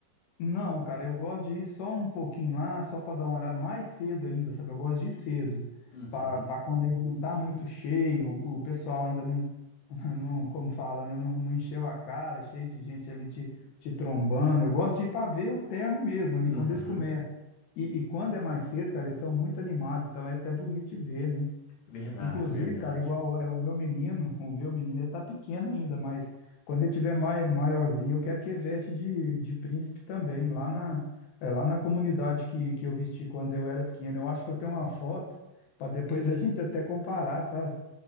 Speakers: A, on the left; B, on the left.
A: Não, cara, eu gosto de ir só um pouquinho lá, só para dar uma olhada mais cedo ainda, sabe? Eu gosto de ir cedo,
B: Uhum,
A: para quando ainda não tá muito cheio, o, o pessoal ainda não, <laughs> não, como fala, né? Não, não encheu a cara, cheio de gente ali te, te trombando. Eu gosto de ir para ver o terno mesmo, ali
B: uhum.
A: quando eles começam. E, e quando é mais cedo, cara, eles estão muito animados, então é até bonito de ver, né?
B: Verdade,
A: Inclusive,
B: verdade.
A: cara, igual é o meu menino, o meu menino ele tá pequeno ainda, mas quando ele tiver mai, maiorzinho, eu quero que ele veste de, de príncipe também, lá na, é, lá na comunidade que, que eu vesti quando eu era pequeno. Eu acho que eu tenho uma foto para depois <laughs> a gente até comparar, sabe?